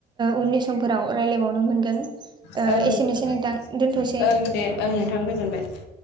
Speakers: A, on the right (about 25°); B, on the left (about 85°).
A: उननि समफोराव राय्लायबावनो मोनगोन।
B: ओं
A: ओ एसेनोसै
B: ओं
A: नोंथां
B: दे
A: दोनथ'सै।
B: ओं नोंथां गोजोनबाय।